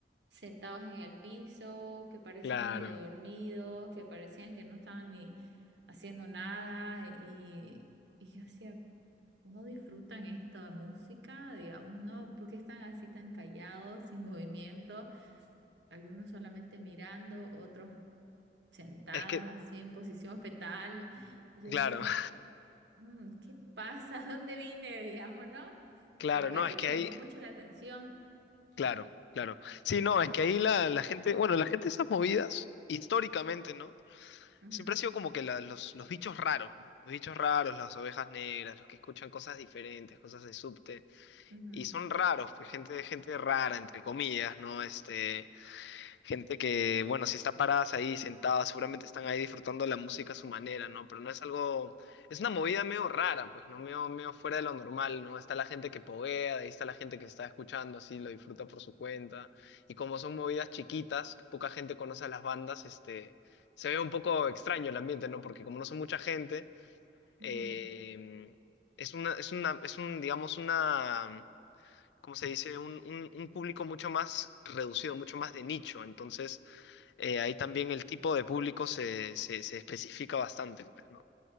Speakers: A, on the right (about 85°); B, on the left (about 75°).
A: sentados en el piso, que parecían
B: Claro.
A: medio dormidos, que parecían que no estaban ni haciendo nada y, y yo decía, no disfrutan esta música, digamos, ¿no? ¿Por qué están así tan callados, sin movimiento? Algunos solamente mirando, otros sentados
B: Es que
A: así en posición fetal. Y yo
B: Claro,
A: así,
B: <laughs>
A: "Mm, ¿qué pasa? <laughs> ¿Dónde vine? Digamos, ¿no?
B: claro,
A: La verdad
B: no, es
A: que me
B: que
A: llamó
B: ahí,
A: mucho la atención.
B: claro, claro. Sí, no, es que ahí la, la gente, bueno, la gente de esas movidas, históricamente, ¿no?
A: Ujú,
B: Siempre ha sido como que la- los, los bichos raros, ¿no? Los bichos raros, las ovejas negras, los que escuchan cosas diferentes, cosas de subte,
A: ujú,
B: y son raros, pues gente, gente rara, entre comillas, ¿no? Este, Gente que, bueno, si está paradas ahí, sentadas, seguramente están ahí disfrutando la música a su manera, ¿no? Pero no es algo, es una movida medio rara, pues, ¿no? Medio, medio fuera de lo normal, ¿no? Está la gente que poguea, de ahí está la gente que está escuchando, así, lo disfruta por su cuenta. Y como son movidas chiquitas, poca gente conoce a las bandas, este, se ve un poco extraño el ambiente, ¿no? Porque como no son mucha gente, eh,
A: ujú,
B: es una, es una, es un, digamos, una... ¿Cómo se dice? un, un un público mucho más reducido, mucho más de nicho. Entonces, eh, ahí también el tipo de público se, se, se especifica bastante, pues, ¿no?